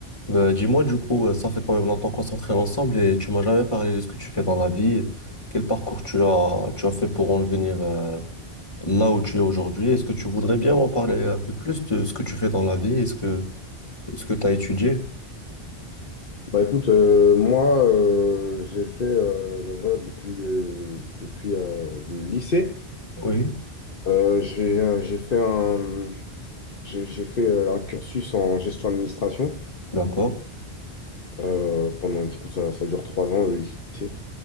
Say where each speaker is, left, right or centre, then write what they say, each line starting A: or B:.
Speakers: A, on the left; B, on the left.
A: Bah, dis-moi, du coup, euh, ça fait quand même longtemps qu'on s'entraîne ensemble et tu m'as jamais parlé de ce que tu fais dans la vie. Quel parcours tu as, tu as fait pour en venir euh, là où tu es aujourd'hui? Est-ce que tu voudrais bien m'en parler un peu plus de ce que tu fais dans la vie? Est-ce que ce que tu as étudié?
B: Bah écoute, euh, moi euh, j'ai fait euh, bah, voilà, depuis, euh, depuis euh, le lycée,
A: Oui,
B: euh, j'ai euh, j'ai fait un, j'ai j'ai fait euh, un cursus en gestion administration.
A: d'accord,
B: euh, pendant du coup ça, ça dure trois ans le lycée.